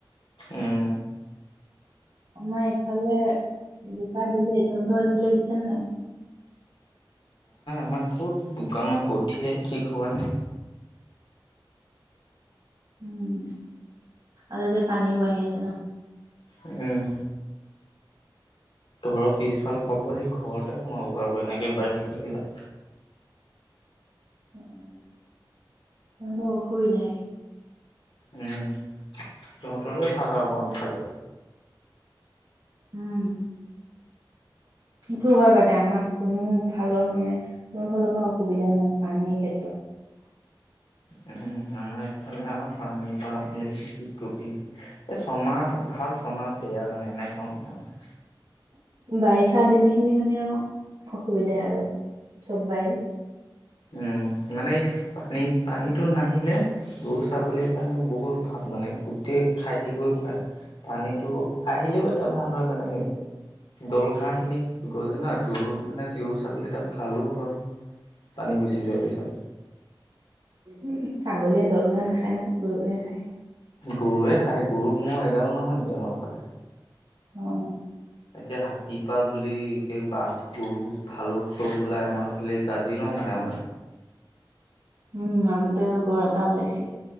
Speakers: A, on the left; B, on the right.
A: উম
B: আমাৰ এইফালে বোকা দিলেই তহঁতৰ এইফালে দিছেনে নাই?
A: আমাক ক'ত বোকা? আমাৰ কঠীয়াই ঠিক হোৱা নাই।
B: উম, আৰুতে পানীও বাঢ়ি আছে ন?
A: উম। ঘৰৰ পিছফাল পাবহি, ঘৰতে সোমাব আৰু এনেকে বাঢ়ি থাকিলে।
B: উম, তহঁতৰ অসুবিধাই।
A: উম তহঁতৰে ভাল আৰু বাম‌ ফালে
B: উম। সেইটো হয়, বাৰু তে আমাক কোনো ফালৰ মানে, কোনো ফালৰ পৰা অসুবিধা নাই, পানীৰ ক্ষেত্ৰত।
A: উম, আমাৰ এইফালে অ পানী পা বুলি কি কবি এই ছমাহ ভাল ছমাহ বেয়া মানে মানে এনেকুৱা মানে আমাৰ
B: <inaudible> বাৰিষা দিনখিনি মানে আও অসুবিধা আৰু চববাৰে
A: উম মানে এই পানীত পানীত টো নাহিলে গৰু ছাগলীৰ কাৰণে বহুত ভাল মানে গোটেই খাই থাকিবই পায় পানীটো আহিলেও এটা ভাল হয় মানে দল ঘাঁহ খিনি গজে নহ গৰু মানে গৰু ছাগলীকেইটা ভালো হয়
B: <inaudible>
A: পানী গুচি যোৱাৰ পিছত
B: উম ছাগলীয়ে দল ঘাঁহ নাখায় নহয় গৰু হে খাই
A: গৰুৱে খাই গৰু মোৰ এগাল নহয় নেকি আমাৰ ফালে
B: অহ
A: একে হাতীপা বুলি একে বাঘ গৰু ভালুক চব ওলাই আমাৰ ফালে কাজিৰঙাই আমাৰ
B: উম মাজতে গড় এটা ওলাইছিলে